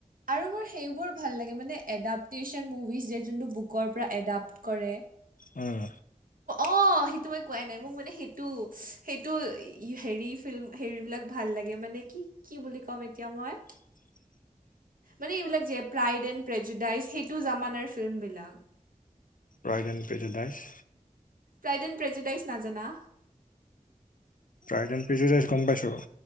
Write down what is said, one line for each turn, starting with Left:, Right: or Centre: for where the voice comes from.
Right: আৰু মোৰ সেইবোৰ ভাল লাগে মানে এডাপ্টেশচন মুভিজ যে যোনটো বুকৰ পৰা এডাপ্ট কৰে।
Left: উম।
Right: অ', সেইটো মই কোৱাই নাই মোক মানে সেইটো সেইটো হেৰি ফিল্ম- হেৰিবিলাক ভাল লাগে মানে। কি কি বুলি ক'ম এতিয়া মই।
Left: <inaudible>
Right: মানে এইবিলাক যে প্ৰাইড এণ্ড প্ৰেজেডাইজ। সেইটো জামানাৰ ফিল্মবিলাক।
Left: Pride and prejudice.
Right: Pride and prejudice নাজানা?
Left: প্ৰাইডেন পিজি ৰাইচ গম পাইছোঁ।